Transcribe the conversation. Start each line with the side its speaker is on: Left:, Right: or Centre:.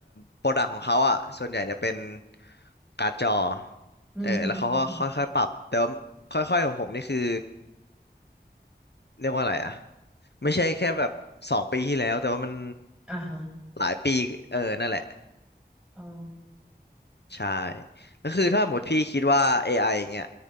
Left: โปรดักของเขาอ่ะส่วนใหญ่จะเป็นการ์ดจอ
Centre: อืมฮึอืมฮึ
Left: เออแล้วเขาก็ค่อยๆปรับ แต่ว่าค่อยๆของผมนี่คือ เรียกว่าอะไรอ่ะไม่ใช่แค่แบบสองปีที่แล้วแต่ว่ามัน
Centre: อ่าฮะ
Left: หลายปีเออนั่นแหละ
Centre: อ๋อ
Left: ใช่ก็คือถ้าหมดพี่คิดว่า AI อไออย่างเงี้ย